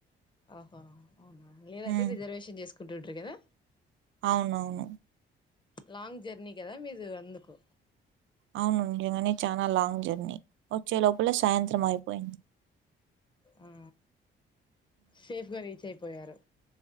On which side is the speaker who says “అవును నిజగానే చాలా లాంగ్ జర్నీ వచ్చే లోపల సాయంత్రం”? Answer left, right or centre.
Right